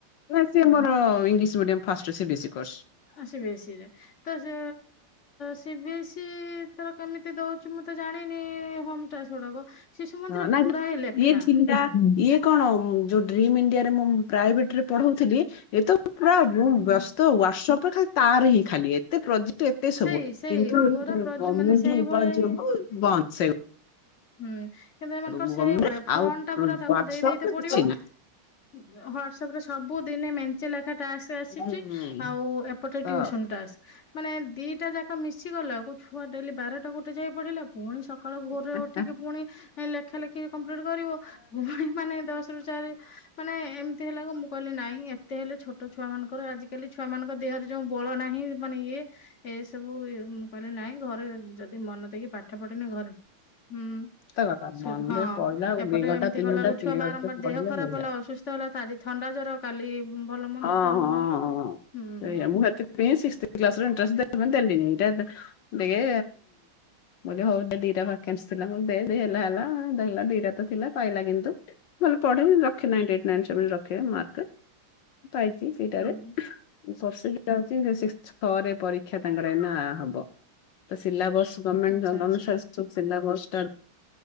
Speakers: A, on the left; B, on the left.
A: ନା ସେ ମୋର ଇଂଲିଶ ମିଡିୟମ ଫାଷ୍ଟରେ ବେଶୀ କୋର୍ସ।
B: ଆସିବେ ଏସି ରେ। ତ ସେ ସି ବିି ଏସ୍ ଇ ଏଥର କେମିତି ଦଉଛି ମୁଁ ତ ଜାଣିନି ହ ମ୍ ଟାକ୍ସ ଗୁଡାକ। ଶିଶୁ ମନ୍ଦିର
A: ହଁ ନାଇଁ
B: ଗୁଡାଏ ଲେଖା
A: ଇଏ <unintelligible> ଇଏ। କଣ ଯୋଉ ଡ୍ରିମ ଇଣ୍ଡିଆରେ ମୁଁ ପ୍ରାଇଭେଟ ରେ ପଢଉଥିଲି ଏତ ପୁରା ବ୍ୟସ୍
B: ହୁଁ
A: ୱାଟଶପ୍ ରେ ଖାଲି ତାର ହିଁ ଖାଲି ଏତ ପ୍ରୋ ଏତେ ସବୁ
B: ସେଇ ସେଇ
A: କିନ୍ତୁ
B: ପୁରା ପ୍ରଜ-
A: ଗମେଣ୍ଟ
B: ମାନେ ସେଇ
A: ର ଉପ
B: ଭଳିଆ
A: ଯୋଗ
B: ହିଁ
A: ବନ୍ଦ ସେ
B: ହୁଁ କିନ୍ତୁ ଏମାନଙ୍କର
A: ଗଭର୍ଣ୍ଣମେଣ୍ଟ
B: ସେଇ ଭଳିଆ ଫୋନ
A: ଆଉ
B: ଟା ପୁରା ତାକୁ
A: ହ୍ୱାଟସପ
B: ଦେଇ ଦେଇତ
A: ରେ
B: ପଡିବ।
A: କିଛି ନାହିଁ।
B: ହ୍ବାଟସ୍ଆପ ରେ ସବୁ ଦିନେ ମେ ଚଟି ଲେଖା ଟାସ୍କ୍ ଆସିଛି,
A: ହୁଁ,
B: ଆଉ ଏପଟେ
A: ତ
B: ଟିୟୁସନ୍ ଟାସ୍କ। ମାନେ ଦିଟା ଯାକ ମିଶି ଗଲାକୁ ଛୁଆ ଡେଲି ବାରଟା ଗୋଟେ ଯାକେ ପଢିଲା ପୁଣି ସକାଳୁ ଭୋରରେ
A: ସତ
B: ଉ ଟିକେ ପୁଣି ଲେଖା ଲେଖି କମ୍ପ୍ଲିଟ କରିବ, ପୁଣୀ ମାନେ ଦଶ ରୁ ଚାରି ମାନେ ଏମିତି ହେଲା ମୁଁ କହିଲି ନାଇଁ ଏତେ ହେଲେ ଛୋଟ ଛୁଆ ମାନଙ୍କର ଆଜିକାଲି ଛୁଆମାନଙ୍କ ଦେହରେ ଯଉ ବଳ ନାହିଁ ମାନେ ଇ ଏସବୁ କହିଲେ ନାଇଁ ଘରେ ଯଦି ମନ ଦେଇକି ପାଠ ପଢିନି ଘରେ ହୁଁ
A: କଥା ମନରେ
B: ହଁ
A: ପଡିଲା
B: ଏପଟେ
A: ଦି ଘଣ୍ଟା
B: ଏମିତି
A: ତିନି
B: କଲା
A: ଘଣ୍ଟା କ୍ଲିୟର
B: ଛୁଆ ବାରମ୍ବାର
A: ସେ
B: ଦେହ
A: ପଢିଲେ
B: ଖରାପ
A: ମଜା।
B: ହେଲା ଅସୁସ୍ଥ ହେଲା, ତା ଆଜି ଥଣ୍ଡା ଜର କାଲି ଭଲ ମନ୍ଦ
A: ହଁ
B: ତେଣୁ
A: ହଁଁ
B: ମୁଁ
A: ହଁ
B: ହୁଁ
A: ସେଇଆ ମୁଁ ହେଥିପାଇଁ ସିକ୍ସଥ କ୍ଲାସ୍ ରେ ଇଣ୍ରେଷ୍ଟ ଦେଲି ଦେଲିନି ଏଇ ଇଏ ମୁଁ କହିଲି ହଉ ଦିଟା ଭାକାନ୍ସି ଥିଲା। ଦେ ହେଲେ ହେଲା ଦେଖିଲା ଦିଟା ତ ଥିଲା ପାଇଲା କିନ୍ତୁ। ଭଲ ପଢେ ରଖେ ନାଇଣ୍ଟି ଏଇଟି, ନାଇନ୍, ସେଭେନ ରଖେ ମାର୍କ। ପାଇଛି ସେଇଟାରେ
B: ହୁଁ
A: ପର୍ଷେଣ୍ଟ ଗଟା ପରେ ରେ ପରୀକ୍ଷା ତାଙ୍କର ଏଇନା ହବ ତ ସିଲାବସ୍ ଗମେଣ୍ଟ
B: ଆଚ୍ଛା ଆଚ୍ଛା
A: ଅନୁସାରେ ସବୁ ସିଲାବସ୍ ଟା